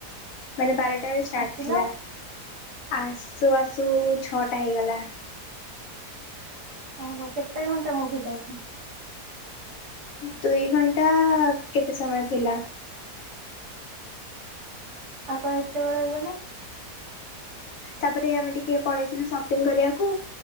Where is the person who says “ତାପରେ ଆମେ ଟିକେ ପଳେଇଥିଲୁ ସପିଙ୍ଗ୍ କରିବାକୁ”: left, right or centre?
Left